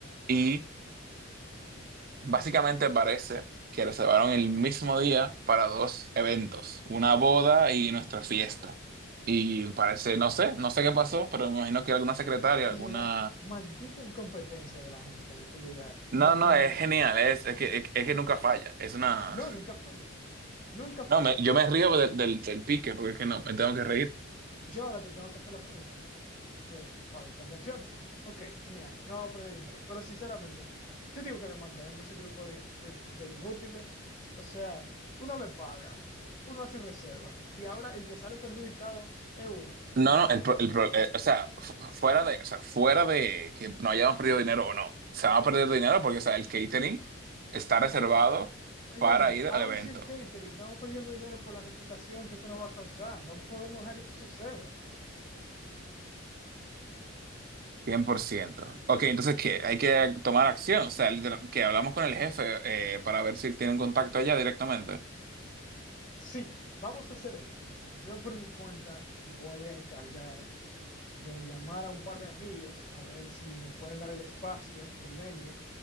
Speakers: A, on the right; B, on the left.
A: y básicamente parece que reservaron el mismo día para dos eventos, una boda y nuestra fiesta. Y parece, no sé, no sé qué pasó, pero me imagino que alguna secretaria,
B: oye,
A: alguna...
B: la maldita incompetencia de la gente en este lugar no
A: No,
B: tiene,
A: no, es genial, es, es que, es que nunca falla, es una...
B: no, nunca falla, nunca falla.
A: No, me- yo me río del, del, del pique porque es que no, me tengo que reír.
B: Yo ahora te tengo que hacer la pregunta. de, ¿cuál es el plan de acción? Ok, genial, no vamos a perder dinero. Pero sinceramente, yo digo que demandemos ese grupo de, de- de inútiles. O sea, uno le paga, uno hace reserva, y ahora el que sale perjudicado es uno.
A: No,
B: No,
A: no, el, pro-
B: no,
A: el
B: no.
A: pro- eh, o sea, fu- fuera de, o sea, fuera de que no hayamos perdido dinero o no, se va a perder dinero porque, o sea, el catering está reservado
B: Óyeme,
A: para ir
B: aun
A: al evento,
B: si el catering, estamos perdiendo dinero por la reputación que esto nos va a causar. No podemos dejar que esto suceda.
A: cien por ciento Ok, entonces, ¿qué? Hay que tomar acción, o sea, literal- que hablamos con el jefe eh, para ver si tienen contacto allá directamente.
B: Sí, vamos a hacer eso. Yo por mi cuenta me voy a encargar de llamar a un par de amigos a ver si nos pueden dar el espacio del venue.